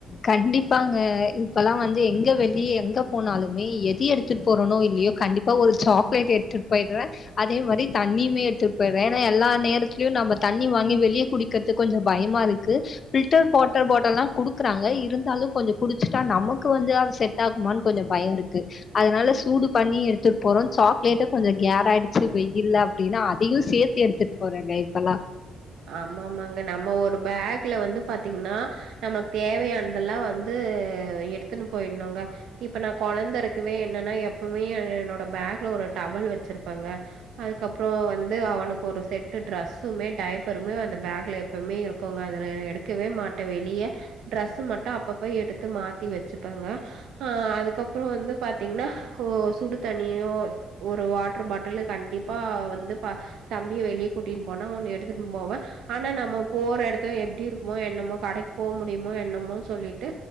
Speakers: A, on the left; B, on the right.
A: கண்டிப்பாங்க இப்பெல்லா வந்து எங்க வெளிய எங்க போனாலுமே எது எடுத்துட்டு போறோனோ இல்லையோ கண்டிப்பா ஒரு சாக்லேட் எடுத்துட்டு போயிடற அதே மாரி தண்ணியுமே எடுத்துட்டு போய்றே ஏன்னா எல்லா நேரத்திலயு நம்ப தண்ணி வாங்கி வெளிய குடிக்கிறதுக்கு கொஞ்சம் பயமா இருக்கு ஃபில்டர் வாட்டர் பாட்டால்லா குடுக்குறாங்க இருந்தாலு கொஞ்ச குடிச்சிட்டா நமக்கு வந்து அத செட் டாகுமா கொஞ்ச பயம் இருக்கு அதனால சூடு பண்ணி எடுத் எடுத்துட்டு போறோ சாக்லேட்டு கொஞ்ச கேர் ஆயிடுச்சு வெயில்ல அப்டின்னா அதையு சேர்த்து எடுத்துட்டு போறேங்க இப்பெல்லா
B: ஆமாமாங்க நம்ம ஒரு பேக் குல வந்து பாத்தீங்கன்னா நமக் தேவையான அதெல்லா வந்து எடுத்துன்னு போய்ன்னங்க இப்ப நா கொழந்த இருக்கவே என்னன்னா எப்பமே எ என்னோட பேக்ல ஒரு டவல் வச் ச்சிருப்பாங்க அதுக்கப்புற வந்து அவனுக்கு ஒரு செட்டு ட்ரெஸ்சுமே டாய்ப் ஏப்பெருமே அந்த பேக்ல எப்பமே இருக்கோங்க அதுல எடுக்கவே மாட் வெளிய ட்ரஸ்சு மட் அப்பப்ப எடுத்து மாத்தி வச்சுப்பேங்க ஆ அதுக்கப்புற வந்து பாத்தீங்கன்னா ஓ சுடு தண்ணியோ ஒரு வாட்டர் பாட்டில் கண்டிப்பா வந்து பா தம்பிய வெளியே கூட்டிட்டு போனா ஒன்னு எடுத்துட் போவே ஆனா நம்ம போற எடத்துல எப்டி இருக்குமோ என்னமோ கடைக்கு போ முடியுமோ என்னமோனு சொல்லிட்டு